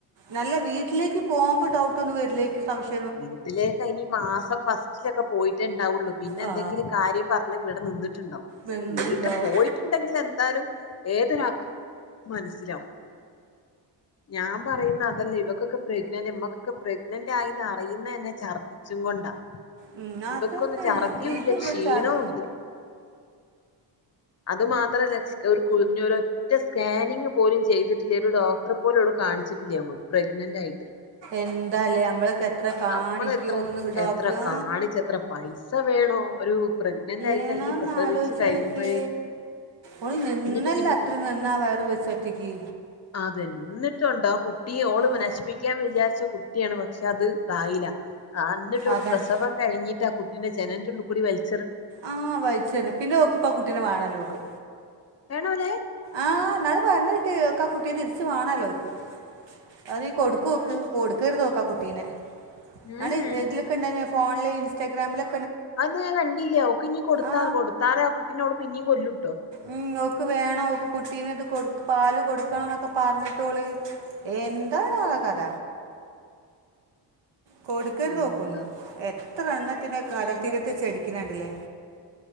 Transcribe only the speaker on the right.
നല്ല വീട്ടിലേക്ക് പോകുമ്പോ ഡൗട്ട് ഒന്നും വെരിലേക്കും സംശയം
ആ
വെന്നുണ്ടാവും
ഉം,
അതന്നെ
ഇത് വിളിച്ചാൽ
എന്താലേ നമ്മളക്ക എത്ര കാണിക്കും
എന്ന് ഡോക്ടർ
ഏണോന്ന്
ആലോയിച്ചോക്കി
ഓള് നിന്നല്ല
അത്ര നിന്നാ വയറ് വെച്ചൊറ്റക്ക്.
ആ
അതാണ്
ആഹ് വയിച്ചെര് പിന്നെ ഓക്ക് ഇപ്പ ആ കുട്ടീനെ വേണാലോക്ക്.
ആഹ് എന്നാള് പറഞ്ഞ കേട്ട് ആ കുട്ടിയെ തിരിച്ചു വേണല്ലോക്ക് അതീ കൊടുക്കോക്ക്
കൊടുക്കരുതോക്ക് ആ കുട്ടി പിന്നെ
ആ ഏതിലൊക്കെ ഇണ്ടാര് ഫോൺ ല ഇൻസ്റ്റാഗ്രാം ല
ആ
ഉം ഓക്ക് വേണം ഓക്ക് കുട്ടീന ഇത് കൊടുക്കു പാല് കൊടുക്കണം ന്നൊക്ക പറഞ്ഞിട്ടോള് എന്താണ് ആഹ് കഥ കൊടുക്കരുത്
ഓക് ഒന്നും ഏ എത്ര എണ്ണത്തിനെ കട തീരത്ത് വെച്ച് അടിക്കണ കണ്ടില്ലേ